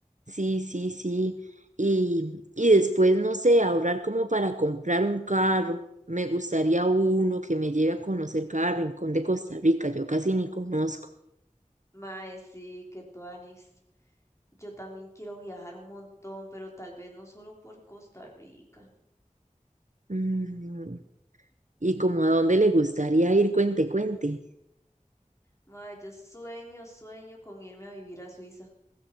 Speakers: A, on the right; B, on the left.
A: Sí, sí, sí. Y, y después, no sé, ahorrar como para comprar un carro. Me gustaría uno que me lleve a conocer cada rincón de Costa Rica, yo casi ni conozco.
B: Mae, sí, que tuanis. Yo también quiero viajar un montón, pero tal vez no solo por Costa Rica.
A: Mm, ¿Y como a dónde le gustaría ir? Cuente, cuente.
B: Mae, yo sueño, sueño con irme a vivir a Suiza.